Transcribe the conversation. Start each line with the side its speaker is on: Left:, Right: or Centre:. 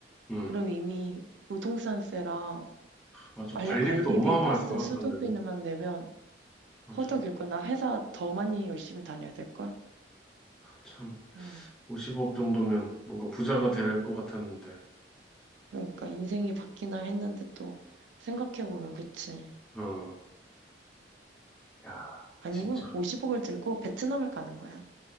Centre: 음.
Right: 그럼 이미 부동산세랑
Centre: 맞아.
Right: 관-
Centre: 관리비도
Right: 관리비,
Centre: 어마어마할
Right: 가스,
Centre: 거야,
Right: 수도비만
Centre: 그런데는.
Right: 내면
Centre: 맞아.
Right: 허덕일 걸. 나 회사 더 많이 열심히 다녀야 될 걸.
Centre: 참.
Right: 음.
Centre: 50억 정도면 뭔가 부자가 될 것 같았는데.
Right: 그러니까 인생이 바뀌나 했는데 또 생각해 보면 그치.
Centre: 어, 야,
Right: 아니면
Centre: 진짜.
Right: 50억을 들고 베트남을 가는 거야.